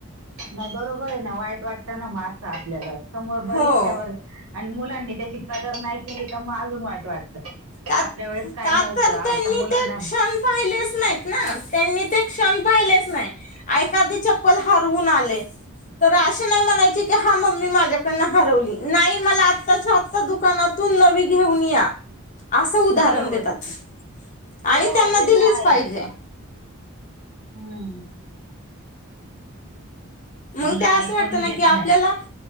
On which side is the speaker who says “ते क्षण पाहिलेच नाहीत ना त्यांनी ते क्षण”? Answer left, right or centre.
Left